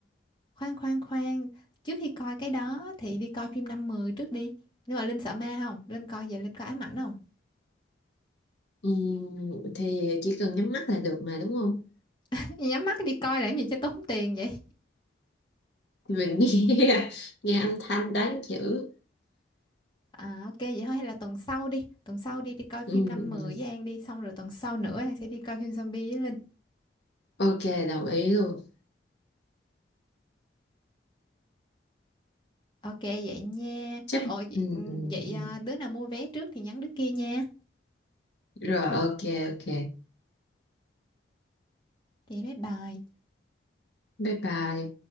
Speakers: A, on the left (about 25°); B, on the left (about 65°).
A: khoan khoan khoan trước khi coi cái đó thì đi coi phim năm mười trước đi nhưng mà Linh sợ ma không Linh coi về Linh có ám ảnh không
B: Ừm, thì chỉ cần nhắm mắt là được mà đúng không
A: <laughs> nhắm mắt đi coi làm gì cho tốn tiền vậy
B: mình nghe <laughs> nghe âm thanh đánh chữ
A: à, ok vậy thôi hay là tuần sau đi tuần sau đi đi coi phim
B: ừ.
A: năm mười với An đi xong rồi tuần sau nữa An sẽ đi coi phim zombie với Linh
B: ok đồng ý luôn
A: ok vậy nha
B: chấp
A: ồ vậy,
B: ừ, ừ,
A: vậy
B: ừ.
A: à, đứa nào mua vé trước thì nhắn đứa kia nha
B: rồi ok ok
A: vậy bye bye
B: bye bye